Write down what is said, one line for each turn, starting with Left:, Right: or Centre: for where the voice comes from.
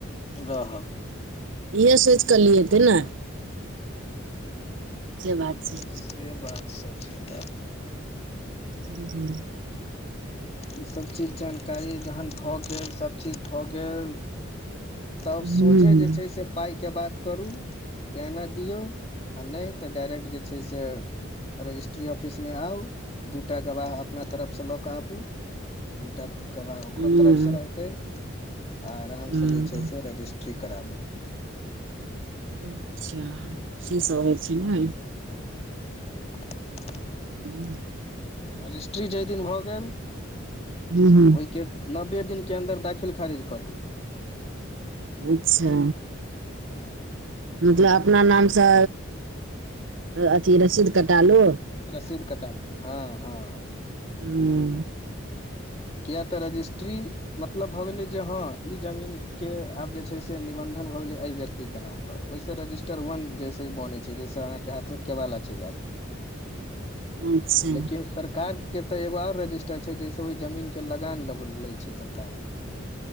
Left: रहब
Right: इह सोच क लिए ते ने से बात छै
Left: से बात सब छै त
Right: <inaudible>
Left: इ सभ चीज जानकारी जहन भ गेल सभचीज भ गेल तब
Right: हूँ
Left: सोझे जे छै से पाइके बात करू <unintelligible> दियौ आ नय त डाायरेक्ट जे छै से रजिस्ट्री ऑफिस मे आउ दूटा गवाह अपना तरफ से ल क आबू दुता गवाह ओकरो
Right: हूँ
Left: तरफ सँ रहतै आ आरामसे
Right: हूँ
Left: जे छै से रजिस्ट्री कराबू
Right: अच्छा से सब होइ छै नेय
Left: हू
Right: <inaudible>
Left: रजिस्ट्री जाहि दिन भए गेल
Right: हूँ हूँ
Left: ओ के नब्बे दिन के अन्दर दाखिल खारिज करल
Right: अच्छा।
Left: हँ
Right: मतलब अपना नाम सँ अथि रसीद कटालु
Left: रसीद कटाल ह ह
Right: हू।
Left: किया त रजिस्ट्री मतलब भऽ गेलै जे हँ जमीन के आब जे छै से निबन्धन भ गेलै एहि व्यक्ति के नाम ओय सँ रजिस्टर वन जैसे बने छै जैसे अहाँकेँ हाथ मे केवाला चैल ए
Right: अच्छा
Left: लेकिन सरकार के तऽ एगो और रजिस्टर छै जैसे ओय जमीन। कऽ लगान लग ले छै सरकार